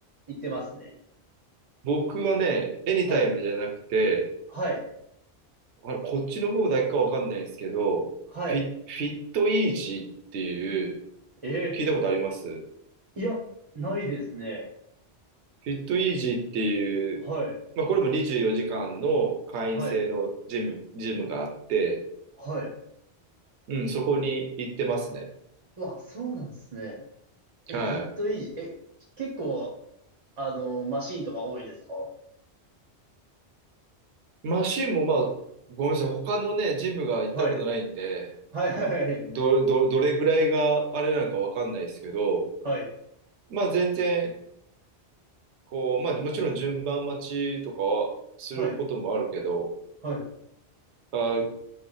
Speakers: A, on the right (about 35°); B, on the right (about 80°).
A: 行ってますね。
B: 僕はね、エニタイムじゃなくて、
A: はい。はい。
B: あれ、こっちの方だけかわかんないですけど、
A: はい。
B: フィ、フィットイージーっていう、
A: えー
B: 聞いたことあります
A: いや、ないですね。
B: フィットイージーっていう、
A: はい。
B: まあこれも24時間の会員制のジム、
A: はい。
B: ジムがあって、
A: はい。
B: うん、そこに行ってますね。
A: うわ、そうなんですね。え、
B: はい。
A: フィットイージー。え、結構、あの、マシーンとか多いですか
B: マシンもまあ、ごめんなさい、他のね、ジムが行ったことないんで、
A: はい。はい、はい、
B: ど、ど、どれぐらいがあれなのかわかんないですけど、
A: はい。
B: まあ全然、こう、まあもちろん順番待ちとかはすることもあるけど、
A: はい、はい、はい。
B: あ、